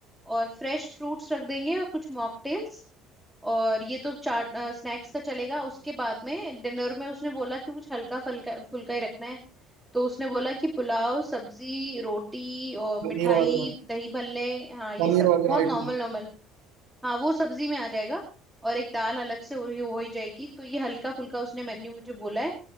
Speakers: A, in the centre; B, on the right.
A: और फ्रेश फ्रूट्स रख देंगे और कुछ मॉकटेल्स और ये तो चाट स्नैक्स का चलेगा उसके बाद में डिनर में उसने बोला कि कुछ हल्का फुल्का फुल्का ही रखना है तो उसने बोला कि पुलाव सब्जी रोटी और मिठाई
B: पनीर वगैरह
A: दही भल्ले हाँ ये
B: पनीर
A: सब
B: वगैरह
A: बहुत
B: आइटम
A: नॉर्मल नॉर्मल हाँ वो सब्जी में आ जाएगा और एक दाल अलग से हुई हो ही जाएगी तो ये हल्का फुल्का उसने मेन्यू मुझे बोला है